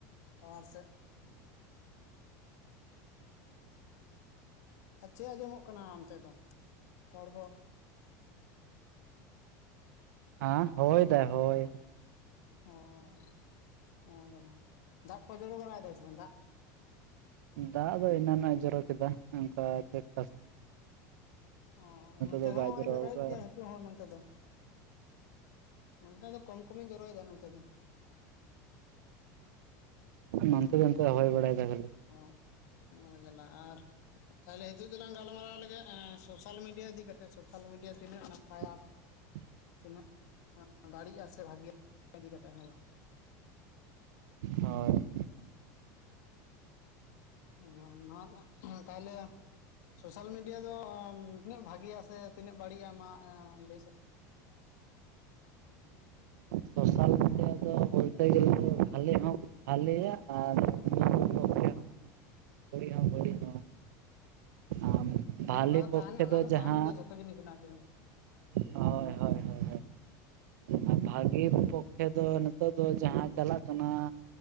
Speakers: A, on the left; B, on the right.
A: ᱴᱟᱣᱟᱨ ᱥᱮᱫ᱾ ᱟᱨ ᱪᱮᱫ ᱟᱸᱡᱚᱢᱚᱜ ᱠᱟᱱᱟ ᱚᱱᱛᱮ ᱫᱚ ᱨᱚᱲᱫᱚ?
B: ᱟᱸ ᱦᱳᱭ ᱫᱟᱭ ᱦᱳᱭ᱾
A: ᱚᱸ ᱚᱸ ᱡᱟᱞᱟ ᱫᱟᱜ ᱠᱚ ᱡᱚᱲᱚ ᱵᱟᱲᱟᱭ ᱫᱟᱭ ᱥᱮ ᱵᱟᱝ ᱫᱟᱜ?
B: ᱫᱟᱜ ᱫᱚ ᱮᱱᱟᱱ ᱮ ᱡᱚᱨᱚ ᱠᱮᱫᱟ ᱚᱱᱠᱟ ᱪᱮᱠᱴᱟᱥ
A: ᱚ ᱱᱚᱱᱛᱮ
B: ᱫᱚ ᱵᱟᱭ
A: ᱦᱚᱸ
B: ᱡᱚᱨᱚ
A: ᱡᱟᱣᱨᱚᱭᱮᱫ
B: ᱟᱠᱟᱫᱟ
A: ᱜᱮᱭᱟᱭ ᱦᱤᱛᱚᱜ ᱦᱚᱸ ᱱᱚᱮᱛ ᱫᱚ᱾ ᱱᱚᱛᱮ ᱫᱚ ᱠᱚᱢ ᱠᱚᱢᱮ ᱡᱚᱨᱚᱭ ᱫᱟ ᱱᱚᱛᱮ ᱫᱚ᱾
B: ᱱᱚᱛᱮ ᱫᱚ ᱚᱱᱛᱮ ᱦᱚᱭ ᱵᱟᱲᱟᱭ ᱫᱟ ᱠᱷᱟᱞᱤ᱾
A: ᱚᱸ ᱚᱸᱡᱟᱞᱟ ᱟᱨ ᱛᱟᱦᱞᱮ ᱱᱤᱛᱳᱜ ᱫᱚᱞᱟᱝ ᱜᱟᱞᱢᱟᱨᱟᱣ ᱞᱮᱜᱮ ᱥᱳᱥᱟᱞ ᱢᱤᱰᱤᱭᱟ ᱤᱫᱤ ᱠᱟᱛᱮᱜ ᱥᱳᱥᱟᱞ ᱢᱤᱰᱤᱭᱟ ᱛᱤᱱᱟᱹᱜ ᱱᱟᱯᱟᱭᱟ᱾
B: <inaudible>
A: ᱛᱤᱱᱟᱹᱜ ᱵᱟᱹᱲᱤᱡᱼᱟ ᱥᱮ ᱵᱷᱟᱜᱮ ᱤᱫᱤ ᱠᱟᱛᱮ ᱦᱮ ᱵᱟᱝ᱾
B: ᱦᱳᱭ
A: ᱚᱸ ᱱᱚᱣᱟᱨᱮᱱᱟᱜ ᱛᱟᱦᱞᱮ ᱥᱳᱥᱟᱞ ᱢᱤᱰᱤᱭᱟ ᱫᱚ ᱛᱤᱱᱟᱹᱜ ᱵᱷᱟᱜᱮᱤᱭᱟ ᱥᱮ ᱛᱤᱱᱟᱹᱜ ᱵᱟᱹᱲᱤᱡᱼᱟ ᱢᱟ ᱞᱟᱹᱭ ᱥᱮᱫ?
B: ᱥᱳᱥᱟᱞ ᱢᱤᱰᱤᱭᱟ ᱫᱚ ᱵᱚᱞᱛᱮ ᱜᱮᱞᱮ ᱵᱷᱟᱞᱮ ᱦᱚᱸ ᱵᱷᱟᱞᱮᱭᱟ ᱟᱨ ᱯᱚᱠᱠᱷᱮ ᱦᱚᱸ ᱵᱟᱹᱲᱤᱡ ᱦᱚᱸ ᱵᱟᱹᱲᱤᱡ ᱦᱚᱸ ᱟᱢ ᱵᱷᱟᱞᱮ
A: ᱦᱮᱸ ᱚᱱᱟ ᱫᱚ
B: ᱯᱚᱠᱠᱷᱮ
A: ᱛᱟᱦᱮᱱ ᱚᱱᱟ ᱫᱚ
B: ᱡᱟᱦᱟᱸ
A: ᱛᱟᱦᱮᱱ ᱜᱮᱭᱟ ᱡᱷᱚᱛᱚ ᱡᱤᱱᱤᱥ ᱵᱟᱝ᱾
B: ᱦᱳᱭ ᱦᱳᱭ ᱦᱳᱭ ᱟᱨ ᱵᱷᱟᱹᱜᱤ ᱯᱚᱠᱠᱷᱮ ᱫᱚ ᱱᱤᱛᱚᱜ ᱫᱚ ᱡᱟᱦᱟᱸ ᱪᱟᱞᱟᱜ ᱠᱟᱱᱟ